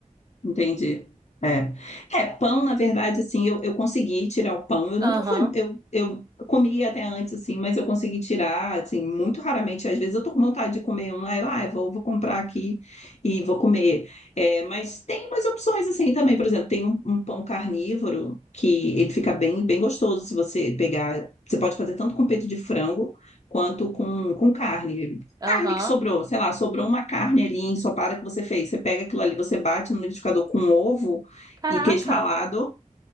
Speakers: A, on the left (about 60°); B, on the right (about 30°).
A: Entendi. É. É, pão, na verdade, assim, eu, eu consegui tirar o pão. Eu nunca
B: Aham,
A: fui, eu, eu comia até antes, assim, mas eu consegui tirar, assim, muito raramente. Às vezes eu tô com vontade de comer um, aí eu, ah, eu vou, vou comprar aqui e vou comer. É, mas tem umas opções, assim, também. Por exemplo, tem um, um pão carnívoro que ele fica bem, bem gostoso se você pegar. Você pode fazer tanto com peito de frango quanto com, com carne
B: aham.
A: carne que sobrou, sei lá, sobrou uma carne ali ensopada que você fez. Você pega aquilo ali, você bate no liquidificador com ovo
B: Caraca.
A: e queijo ralado,